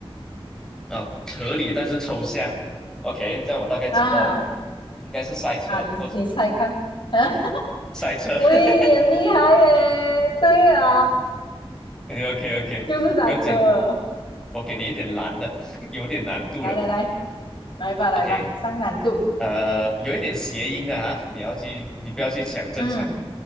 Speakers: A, in the centre; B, on the left.
A: 啊，合理但是抽象。OK，这样我大概知道了，
B: <laughs> 啊
A: 应该是塞车或者
B: 啊，你你猜看，啊，<laughs>
A: 塞车。
B: 我以为你很厉害耶，
A: <laughs>
B: 对啊，
A: OK OK，
B: 就是赛车。
A: 不用紧，我给你一点难的，<laughs> 有点难度的。
B: 来来来，来吧来吧，
A: OK，
B: 上难度。
A: 呃，有一点谐音的啊，你要去，你不要去想正常。
B: 嗯